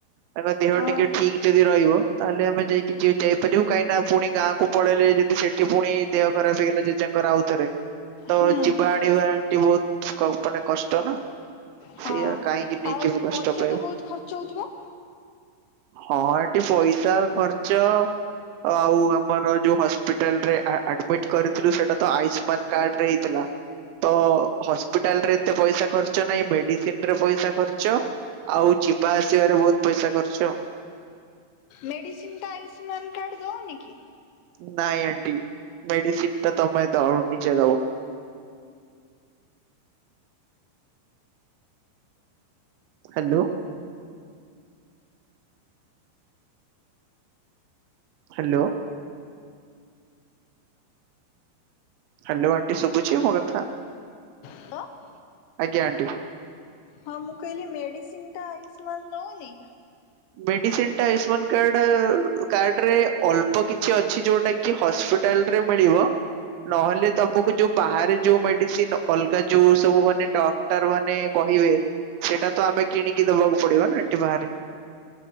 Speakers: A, on the right (about 90°); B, on the left (about 85°).
A: ତାଙ୍କ ଦେହ
B: ଅ
A: ଟିକେ ଠିକ୍ ଯଦି ରହିବ ତାହେଲେ ଆମେ ଯାଇକି ଯିଏ ଯାଇପାରିବୁ କାହିଁକିନା ପୁଣି ଗାଁକୁ ପଳେଇଲେ ଯଦି ସେଠି ପୁଣି ଦେହ ଖରା ଖରାପ୍ ହେଇଗଲା ଜେଜେଙ୍କର ଆଉଥରେ ତ
B: ହୁଁ
A: ଯିବା ଆଣିବା ଟିକେ ବହୁତ୍ କ-ମାନେ କଷ୍ଟ ନା।
B: ହଁ
A: ସେଇଆ କାହିଁକି ନେଇକି
B: ଆଉ
A: ବି କଷ୍ଟ
B: ପଇସା
A: ପାଇବୁ
B: ତ ବହୁତ୍ ଖର୍ଚ୍ଚ ହଉଥିବ?
A: ହଁ ଆଣ୍ଟି ପଇସା ଖର୍ଚ୍ଚ ଆଉ ଆମର ଯୋଉ ହସ୍ପିଟାଲରେ ଆଡମିଟ। କରିଥିଲୁ ସେଟା ତ ଆୟୁଷ୍ମାନ କାର୍ଡ ରେ ହେଇଥିଲା। ତ ହସ୍ପିଟାଲରେ ଏତେ ପଇସା ଖର୍ଚ ନାହିଁ ମେଡିସିନ ରେ ପଇସା ଖର୍ଚ୍ଚ। ଆଉ ଯିବା ଆସିବାରେ ବହୁତ ପଇସା ଖର୍ଚ।
B: ମେଡ଼ିସିନ୍ଟା ଆୟୁଷ୍ମାନ କାର୍ଡ଼ ଦେଉନି କି।
A: ନାଇଁ ଆଣ୍ଟି ମେଡିସିନ ଟା ତମେ ନିଜେ ଦବ। ହ୍ୟାଲୋ। ହ୍ୟାଲୋ। ହ୍ୟାଲୋ ଆଣ୍ଟି ଶୁଭୁଛି ମୋ କଥା।
B: ହ୍ୟାଲୋ।
A: ଆଜ୍ଞା ଆଣ୍ଟି।
B: ହଁଁ ହେଲି ମେଡ଼ିସିନ୍ଟା ଆୟୁଷ୍ମାନ ଦେଉନି।
A: ମେଡିସିନ ଟା ଆୟୁଷ୍ମାନ କାର୍ଡ କାର୍ଡ ରେ ଅଳ୍ପ କିଛି। କି ଅଛି ଯୋଉଟା କି ହସ୍ପିଟାଲ ରେ ମିଳିବ ନହେଲେ ତମକୁ। ଯୋଉ ବାହାରେ ଯୋଉ ମେଡିସିନ ଅଲଗା ଯୋଉ ସବୁ ମାନେ ଡକ୍ଟର ମାନେ କହିବେ। ସେଇଟା ତ ଆମେ କିଣିକି ଦବାକୁ ପଡିବ ନା ଏଠି ବାହାରେ।